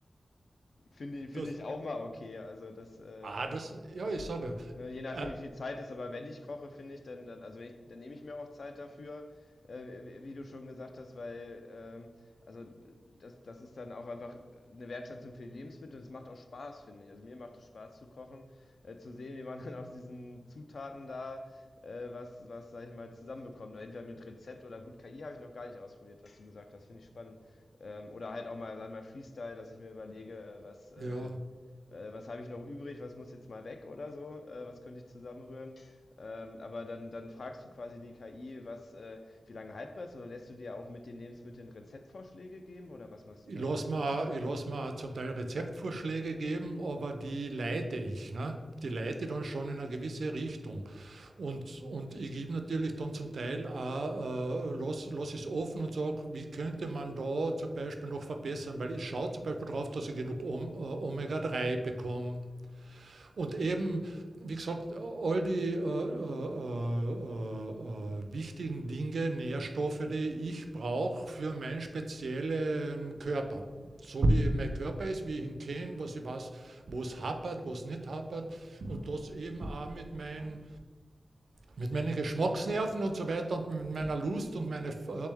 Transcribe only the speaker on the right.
das,
ah, das, ja, ich sage
ja. Äh,
ja,
Ich
lasse mir, ich lass mir zum Teil Rezeptvorschläge geben, aber die leite ich. Ne? Die leite dann schon in eine gewisse Richtung. Und, und ich gebe natürlich dann zum Teil auch, äh, lass, lass es offen und sage, wie könnte man da zum Beispiel noch verbessern? Weil ich schaue zum Beispiel darauf, dass ich genug äh, Omega-3 bekomme. Und eben, wie gesagt, all die äh, äh, äh, äh, wichtigen Dinge, Nährstoffe, die ich brauche für meinen speziellen Körper. So wie mein Körper ist, wie ich ihn kenne, was ich weiß, wo es hapert, wo es nicht hapert. Und das eben auch mit, meinen mit meinen Geschmacksnerven und so weiter und mit meiner Lust und meinen äh,